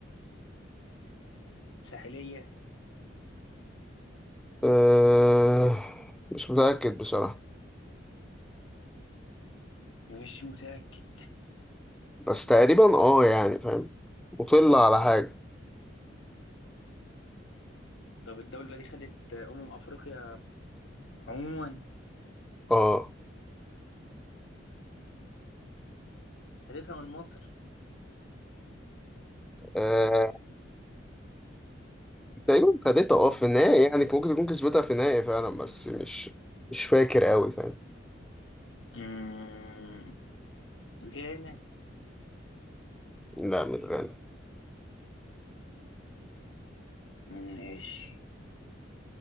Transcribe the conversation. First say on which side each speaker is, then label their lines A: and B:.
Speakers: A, on the left; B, in the centre.
A: ساحلية
B: أه مش متأكد بصراحة
A: مش متأكد
B: بس تقريبا اه يعني فاهم مطل على حاجة
A: طب الدولة دي خدت أمم أفريقيا عموما
B: اه
A: خدتها من مصر
B: أه، تقريبا خدتها اه في النهاية يعني ممكن تكون كسبتها في النهاية فعلا بس مش مش فاكر قوي فاهم
A: مم. غانا
B: لا مش غانا
A: ماشي